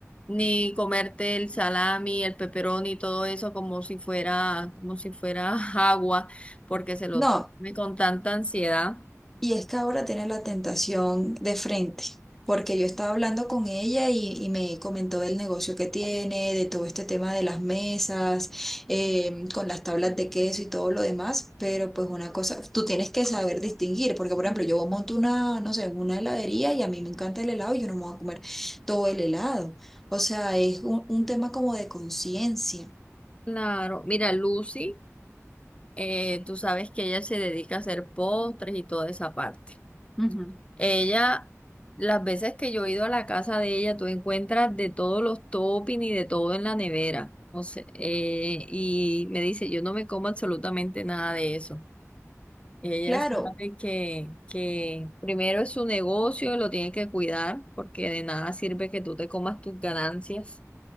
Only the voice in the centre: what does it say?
No.
Y es que ahora tiene la tentación de frente, porque yo estaba hablando con ella y, y me comentó del negocio que tiene, de todo este tema de las mesas, eh, con las tablas de queso y todo lo demás, pero pues una cosa, tú tienes que saber distinguir, porque por ejemplo yo monto una, no sé, una heladería y a mí me encanta el helado y yo no me voy a comer todo el helado. O sea, es un, un tema como de conciencia.
Ujú.
Claro,